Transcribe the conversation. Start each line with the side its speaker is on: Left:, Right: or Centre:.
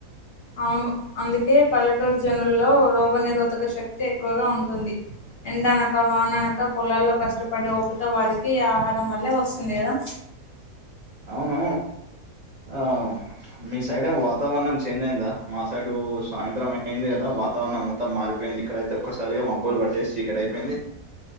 Left: అవును అందుకే పల్లెటూరు జనుల్లో రోగ నిరోధక శక్తి ఎక్కువగా ఉంటుంది ఎండనక వాననక పొలాల్లో కష్టపడి ఒప్పిక వారికి ఆహారం వల్లే వస్తుంది గదా
Right: అవును ఆ మీ సైడ్ ఏం వాత్ వాతావరణం చేంజ్ అయిందా మా సైడ్ సాయంత్రం అయింది కదా వాతావరణం మొత్తం మారిపోయింది ఇక్కడయితే ఒక్కసారి మబ్బలు పట్టేసి చీకటి అయిపోయింది